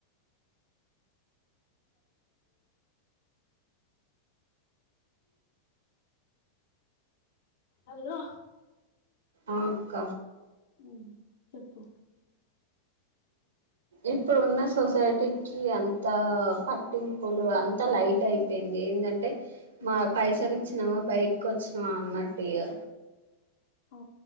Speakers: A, on the left (about 55°); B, on the right (about 65°).
A: హలో
B: ఆ అక్క
A: వు చెప్పు
B: ఇప్పుడు ఉన్న సొసైటీకిి అంత పట్టింపులు అంత లైట్ అయిపోయింది ఏంధంటే అంటే మా పైసలు వచ్చినమా బయటకు వచ్చినావా అన్నట్టు ఇగా
A: ఉ